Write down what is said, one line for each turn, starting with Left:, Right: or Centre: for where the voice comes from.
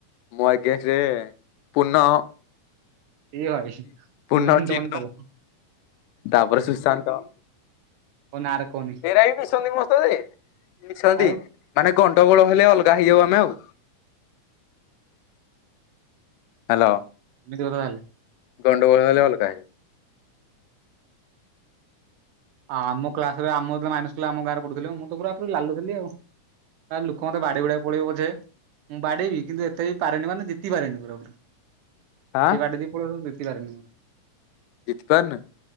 Left: ମୋ ଏଗେଷ୍ଟରେ ପୁନ
Right: ଏଇ ଭାଇ
Left: ପୂର୍ଣ୍ଣ,
Right: ମେନ୍
Left: ଚିନୁ,
Right: ଡନ୍ ଟା ତ।
Left: ତାପରେ ସୁଶାନ୍ତ
Right: କୋଉ ନାଁରେ କହନି।
Left: ସେରା ବି ମିଶନ୍ତି ମୋ ସହିତ ଯେ ମିଶନ୍ତି
Right: ଆଉ
Left: ମାନେ ଗଣ୍ଡଗୋଳ ହେଲେ ଅଲଗା ହେଇଯାଉ ଆମେ ଆଉ ହ୍ୟାଲୋ।
Right: ଏମିତି କଥା ତାହେଲେ
Left: ଗଣ୍ଡଗୋଳ ହେଲେ ଅଲଗା
Right: ଆମ କ୍ଲାସରେ ଆମ ଯେତେବେଳେ ମାଇନସ୍ ଥିଲା ଆମ ଗାଁରେ ପଢ଼ୁଥିଲି ମୁଁ ତ ପୁରା ପୁରି ଲାଲୁ ଥିଲି ଆଉ। ଲୋକ ମତେ ବାଡେଇ ବୁଡ଼ାକି ପଳେଇବ ପଛେ ମୁଁ ବାଡେଇବି କିନ୍ତୁ ଏତେ ବି ପାରେନି ମାନେ ଜିତି ପାରେନି ପୁରାପୁରି।
Left: ଆଁ
Right: ସେ ବାଡେଇ ଦେଇ ପଳେଇବ ଜିତିପାରେନି ମୁଁ।
Left: ଜିତିପାରୁନ?